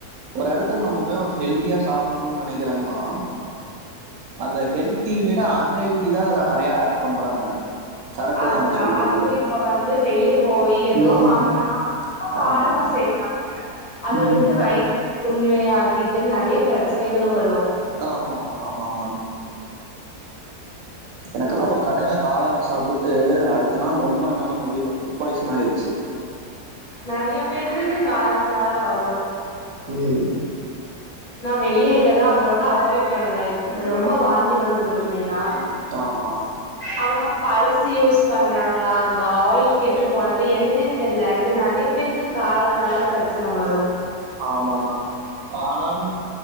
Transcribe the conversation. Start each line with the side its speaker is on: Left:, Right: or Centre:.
Right: ஒரு எடத்துல நம்ம போய் ஹெல்த்தியா சாப்பிடணும்னு நெனைக்கிறோம்னா அந்த ஹெல்தி விட அன்ஹெல்தி தா அதுல நெறையா ஆட் பண்றாங்க கரெக்ட்
Left: அதுதா
Right: தான் நான் சொல்றது
Left: அதுவு இப்ப வந்து வெளிய போய் ஏதோ
Right: ம்
Left: வாங்குனா ரொம்ப காரமா
Right: ஆமா
Left: செய் அத
Right: ம்
Left: வச்சு வைய்த்து புண்ணு அது இதுன்னு நெறைய பிரச்சனைகளு வரு
Right: ஆ ஆமா ஆமா ஆமா ஆமா ஆமா மேம் எனக்கெல்லா ஒரு கடையில காளான் சாப்பிட்டு அடுத்த நாள் ரொம்ப என்னால முடியல ஃபுட் பாய்சன் ஆயிடுச்சு
Left: நெறைய பேத்துக்கு காளான்னாளா வரு <inaudible>
Right: ம்
Left: நா வெளியே இதெல்லா அவ்வளவுக்கு அவாய்ட் பண்ணுவே இது ரொம்ப வாந்தி வந்துரு இல்லைனா
Right: ஆமா
Left: அவங்க பழசு யூஸ் பண்றாங்களா அந்த ஆயில் கெட்டு போனத என்னனே தெரியல இது நெறைய பேத்து க்கு காளான்னால ப்ரச்சனை வரு
Right: ஆமாங்க மேம் காளான்